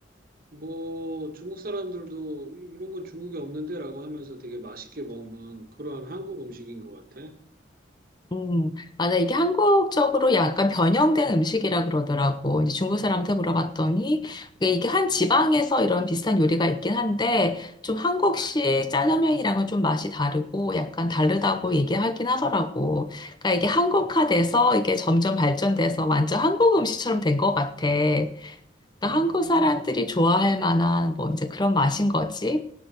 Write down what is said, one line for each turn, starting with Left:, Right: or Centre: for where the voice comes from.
Right: 뭐 중국 사람들도 이- 이런 건 중국에 없는데라고 하면서 되게 맛있게 먹는 그러한 한국 음식인 것 같아.
Left: 음, 아, 나 이게 한국적으로 약간 변형된 음식이라 그러더라고. 이제 중국 사람한테 물어봤더니 이게 이게 한 지방에서
Right: 음,
Left: 이런 비슷한 요리가 있긴 한데 좀 한국식 짜장면이랑은 좀 맛이 다르고 약간 다르다고 얘기하긴 하더라고. 그러니까 이게 한국화돼서
Right: 음,
Left: 이게 점점 발전돼서 완전 한국 음식처럼 된 것 같아. 그러니까 한국
Right: 음,
Left: 사람들이 좋아할 만한 뭐 이제 그런 맛인 거지.